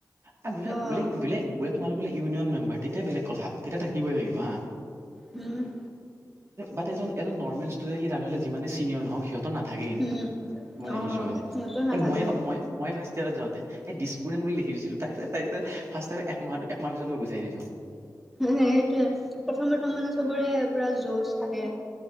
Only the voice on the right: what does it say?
আ বোলে
বোলে বোলে- বোলে তোমোলোক বোলে ইউন মেম্বাৰ, তেতিয়া বেলেগ কথা তেতিয়া থাকিবই লাগিব হাঁ।
বাত এজন এজন নৰ্মেল ষ্টুদেন্ট সি লাগিলে হ'লে যিমানে চিনিয়ৰ নহওক সিঁহত- ত নাথাকে কিন্তু
মই
দেখিছো মানে
এ মই মই- মই ফাৰ্ষ্ট ইয়াৰত যাওঁতে দিছপুৰেন্ট বুলি লেখি দিছিলো তাপিছত, - তাইটো ফাৰ্ষ্ট ইয়াৰত একমাহ একমাহ পিছত মই বুজাই দিছো।